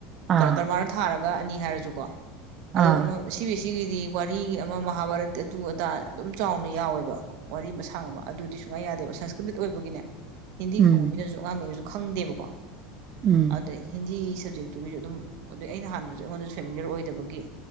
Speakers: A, on the right; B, on the right.
A: ꯑꯥ
B: ꯒ꯭ꯔꯝꯃꯥꯔꯗ ꯊꯥꯔꯒ ꯑꯅꯤ ꯍꯥꯏꯔꯁꯨꯀꯣ ꯑꯗꯨ
A: ꯑꯥ
B: ꯑꯃ ꯁꯤꯕꯤ ꯁꯤꯒꯤꯗꯤ ꯋꯥꯔꯤ ꯑꯃ ꯃꯍꯥꯚꯥꯔꯠꯇꯤ ꯑꯗꯨ ꯑꯗꯥ ꯑꯗꯨꯝ ꯆꯥꯎꯅ ꯌꯥꯎꯋꯦꯕ ꯋꯥꯔꯤ ꯃꯁꯥꯡ ꯑꯃ ꯑꯗꯨꯗꯤ ꯁꯨꯡꯌꯥꯥꯏ ꯌꯥꯗꯦꯕ ꯁꯪꯁꯀ꯭ꯔꯤꯠ ꯑꯣꯏꯕꯒꯤꯅꯦ ꯍꯤꯟꯗꯤ
A: ꯎꯝ
B: ꯈꯪꯕ ꯃꯤꯅꯁꯨ ꯑꯉꯥꯡ ꯂꯩꯁꯨ ꯈꯪꯗꯦꯕꯣ ꯋꯥ
A: ꯎꯝ
B: ꯑꯗꯩ ꯍꯤꯟꯗꯤ ꯁꯕꯖꯦꯛꯇꯨꯒꯤꯁꯨ ꯑꯗꯨꯝ ꯑꯗꯩ ꯑꯩꯅ ꯍꯥꯟꯅꯁꯨ ꯑꯩꯉꯣꯟꯗꯁꯨ ꯐꯦꯃꯤꯂꯤꯔ ꯑꯣꯏꯗꯕꯒꯤ